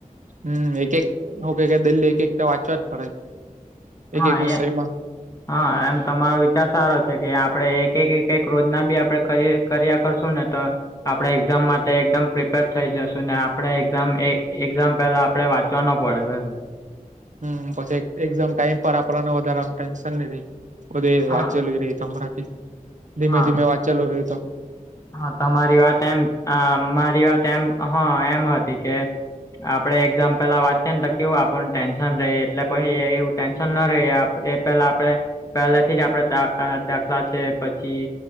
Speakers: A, on the right; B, on the left.
A: હમ એક એક ઓકે ક દિલ્હી એક એક તો વાચવા જ પડે એક
B: હા
A: એક વિષયમાં
B: એ હા એમ તમારો વિચાર સારો છે કે આપડે એક એક એક એક રોજના બી આપડે કરીએ. કર્યા કરશો ને તો. આપણે એક્ઝામ માટે એકદમ પ્રિપેર થઈ જશું ને આપણે એક્ઝામ એક્ઝામ પહેલા આપણે વા ચ નો પડે વેલ
A: હમ પછી એક્ઝામ ટાઈમ પર આપણાને વધારેા ટેન્શન નહી થઇ. બધી
B: હા
A: વાં ચલું રહી તો અરાથી ધીમે
B: હા
A: ધીમે વાં ચેાલું રહ્યો તો.
B: હા તમારી વાત એમ મારી વાત એમ હા એમ હતી કે. આપડણે એક્ઝામ પેલા વાંચીએ ને તો કેવું આપણ ટેન્શન રહીએ એટલે પછી એવું ટેન્શન ના રહી આપ એ પેલા આપણે પહેલા થી જ આપડેા દાખલા છે પછી.